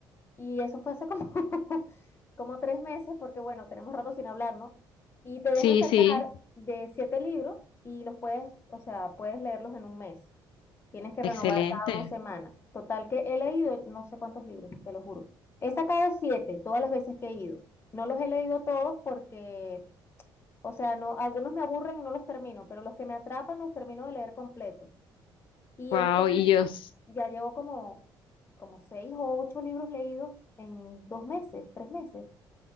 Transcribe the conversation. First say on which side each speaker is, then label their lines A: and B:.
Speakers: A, on the left; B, on the left.
A: Y eso fue hace como, <laughs> como tres meses, porque bueno, tenemos rato sin hablar, ¿no? Y te dejan
B: Sí,
A: sacar
B: sí,
A: de siete libros y los puedes, o sea, puedes leerlos en un mes. Tienes que renovar
B: excelente.
A: cada dos semanas. Total que he leído no sé cuántos libros, te lo juro. He sacado siete todas las veces que he ido. No los he leído todos porque, o sea, no, algunos me aburren y no los termino, pero los que me atrapan los termino de leer completo. Y
B: Wow,
A: este año
B: y yo, s-
A: ya llevo como, como seis o ocho libros leídos en dos meses, tres meses.